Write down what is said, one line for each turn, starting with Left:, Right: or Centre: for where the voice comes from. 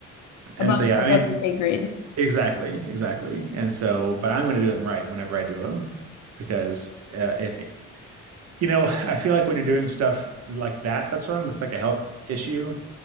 Right: and
Left: Above
Right: so yeah,
Left: above
Right: I mean,
Left: your pay grade.
Right: exactly, exactly. And so, but I'm going to do them right whenever I do them because uh, if you know, I feel like when you're doing stuff like that that's wrong, that's like a health issue.